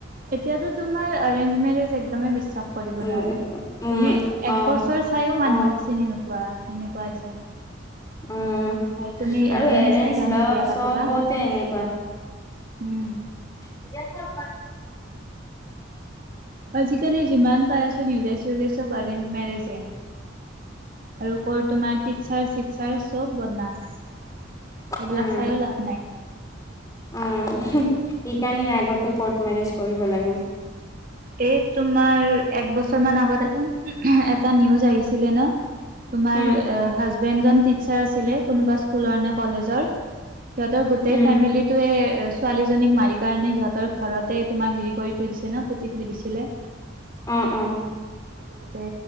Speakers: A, on the right; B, on the left.
A: এতিয়াতো তোমাৰ এৰেঞ্জ মেৰেজ একদমেই বিশ্বাস কৰিব
B: উম
A: নোৱাৰা,
B: উম
A: তুমি একবছৰ
B: অ
A: চাইও মানুহক
B: অ
A: চিনি নোপোৱা সেনেকুৱা হৈছে।
B: উম
A: আৰু তুমি
B: আৰু
A: একদিনে
B: এৰেঞ্জ
A: চাই কাণে
B: লাভ
A: বিয়া
B: চবতে
A: পাতিবা?
B: এনেকুৱা।
A: উম।
B: <unintelligible>
A: আজিকালি যিমান পাই আছো নিউজে চিউজে চব অৰেঞ্জ মেৰেজে। আৰু কৌট তোমাৰ টিটচাৰ চিটচাৰ চব বদনাছ এইবিলাক
B: উম
A: ছাইও লাভ নাই।
B: উম, উহু এইকাৰণে আগতে কৰ্ট মেৰেজ কৰিব লাগে।
A: এই তোমাৰ এক বছৰ মান আগত এটা, এটা নিউজ আহিছিলে ন তুমাৰ
B: উম।
A: হাজবেণ্ড জন টিচাৰ আছিল কোনোবা স্কুলৰ নে কলেজৰ সিহঁতৰ গোটেই
B: উম
A: ফেমিলিটোৱে ছোৱালীজনীক মাৰি কাৰণে সিহঁতৰ ঘৰতে তোমাৰ হেৰি কৰি থৈ দিছে ন' পুতি থৈ দিছিলে।
B: অ'-অ'
A: <inaudible> তে